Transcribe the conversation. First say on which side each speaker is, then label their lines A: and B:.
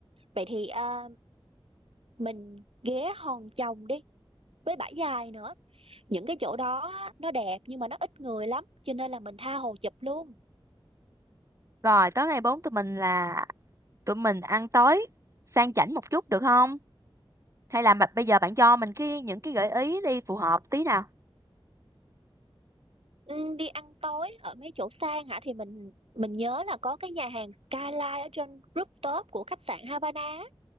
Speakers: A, on the right; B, on the right.
A: Vậy thì à, mình ghé Hòn Chồng đi với Bãi Dài nữa. Những cái chỗ đó á, nó đẹp nhưng mà nó ít người lắm cho nên là mình tha hồ chụp luôn.
B: Rồi, tới ngày 4 tụi mình là tụi mình ăn tối sang chảnh một chút được không? Hay là mà- bây giờ bạn cho mình cái những cái gợi ý đi phù hợp tí nào.
A: Ừ, đi ăn tối ở mấy chỗ sang hả thì mình mình nhớ là có cái nhà hàng Skyline ở trên rooftop của khách sạn Havana á.